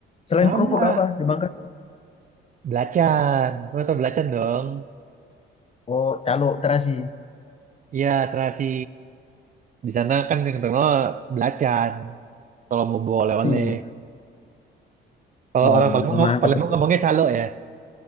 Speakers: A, on the left; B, on the right.
A: Selain
B: Sama
A: kerupuk apa di Bangkai?
B: belacan. Mas tau belacan dong.
A: Oh, calo terasi.
B: Iya, terasi. Di sana kan yang terkenal belacan. Kalau mau bawa oleh-oleh.
A: Iya.
B: Kalau
A: Waduh,
B: orang Palembang,
A: itu mantap
B: Palembang
A: itu.
B: ngomongnya calo ya.